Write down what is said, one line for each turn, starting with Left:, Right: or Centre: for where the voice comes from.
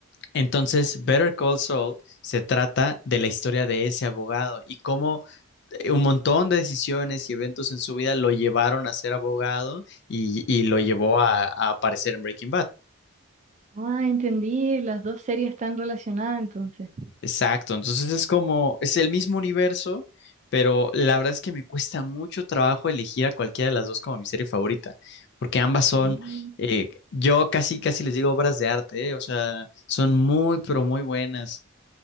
Left: Entonces,
Right: sí.
Left: Better Call Saul se trata de la historia de ese abogado y cómo eh, un montón de decisiones y eventos en su vida lo llevaron a ser abogado y, y lo llevó a a aparecer en Breaking Bad.
Right: Ah, entendí, las dos series están relacionadas entonces.
Left: Exacto, entonces es como, es el mismo universo, pero la verdad es que me cuesta mucho trabajo elegir a cualquiera de las dos como mi serie favorita, porque ambas son,
Right: Mm.
Left: eh, yo casi, casi les digo obras de arte, eh, o sea, son muy, pero muy buenas.